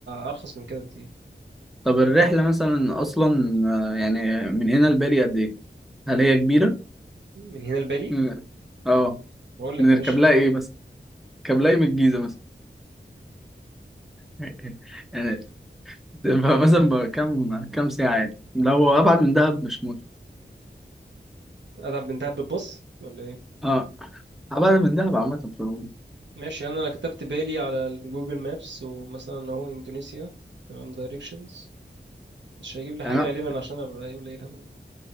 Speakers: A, on the right (about 80°); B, in the centre.
A: أرخص من كده بكتير
B: طب الرحلة مثلا أصلا آه، يعني من هنا لبالي قد إيه؟ هل هي كبيرة؟
A: من هنا لبالي
B: مم. اه
A: أقول لك
B: بنركب
A: يا باشا
B: لها إيه مثلا؟ بنركب لها إيه من الجيزة مثلا؟ <laughs> يعني تبقى مثلا بقى كام كام ساعة يعني؟ لو أبعد من دهب مش موت
A: أدعب من دهب بالباص ولا إيه
B: اه أبعد من دهب عامة في العموم
A: ماشي أنا أنا كتبت بالي على جوجل مابس ومثلا أهو إندونيسيا تمام دايركشنز مش هيجيب لي
B: يعني
A: حاجة
B: أنا-
A: غالبا عشان أبقى يقول لي إيه الهبل ده.